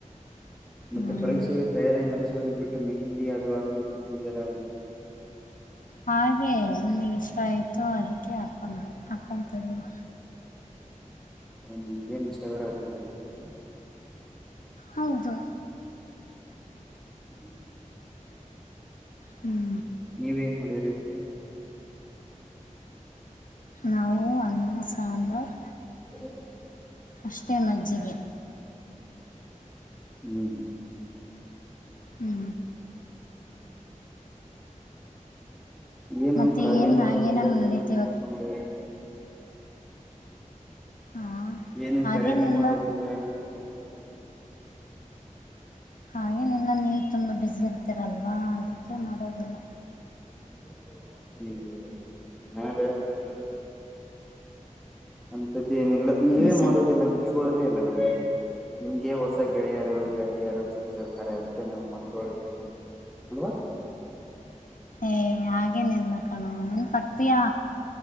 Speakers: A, in the centre; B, on the left.
A: ಮತ್ತೆ
B: ಹ್ಮ್
A: ಪರೀಕ್ಷೆಗೆ ತಯಾರಿ ನಡೆಸೋದು ಬಿಟ್ಟು ಮೆಹಿಂದಿ ಅದು ಹಾಕೊಂಡು ಕುಂತಿದ್ದೀರಾ ಏನು.
B: ಹಾಗೇ ನಿನಗಿಷ್ಟ ಆಯಿತು ಅದಕ್ಕೆ ಹಾಕ್ಕೊಂಡೆ ಹಾಕ್ಕೊತಿದ್ದೀನಿ.
A: ಹ ನಿಮ್ಗ ಏನ್ ಇಷ್ಟ ಆದ್ರೇ ಅದೇ ಮಾಡ್ಬಿಡ್ತೀರ.
B: ಹೌದು
A: <inaudible>
B: ಹ್ಞೂ
A: ನೀವ್ ಏನ್ ಮಾಡುದ್ರೀ ಈಗ ಊಟ.
B: ನಾವು ಅನ್ <unintelligible> ಹಾ ಸಾಂಬಾರ್.
A: <unintelligible>
B: ಇಷ್ಟೇ ಮಜ್ಜಿಗೆ
A: ಹ್
B: ಹ್ಞೂ
A: ಏನು
B: ಮತ್ತು
A: ಖಾಯಾಲಿ
B: ಏನು
A: ಮಾಡದಿಲ್ಲ
B: ಏನನ್ನು
A: ನೆಂತ
B: ನಡೀತೀವ
A: ಮಾಡ್ಕೊಂಡೆ
B: ಹಾಂ
A: ಏನು
B: ಹಾಗೇನಿಲ್ಲ
A: ಕರೇನೆ ಮಾಡೋದಿಲ್ಲ ಮಾಡ್ಕೊಂಡು
B: ಹಾ ಗೇನಿಲ್ಲಲ್ಲ ನೀ ನೀ ತುಂಬಾ ಬಿಸಿ ಇರ್ತರಲ್ವಾ ಅದಕ್ಕೆ ನೋಡೋದಿಲ್ಲ
A: <unintelligible> ಅಂದ್ದೇನಿಲ್ಲ ನೀವೇ
B: ಬ್ಯುಸಿ
A: ಮಾಡೋದಿಲ್ಲ ನೆನೆಸ್ಕೊಳ್ಳೋದೇ ಇಲ್ಲ ನಮ್ಗೆ ನಿಮ್ಗೆ ಹೊಸ ಗೆಳೆಯರು ಗೆಯಾತಿಯರು ಸಿಕ್ತಿರ್ತಾರೆ ಅದಕ್ಕೆ ನಮ್ಮ ಮಂದವರು <unintelligible>
B: ಏ ಹಾಗೇನಿಲ್ಲ ಕಣೋ ನೆನಪಾಗ್ತೀಯಾ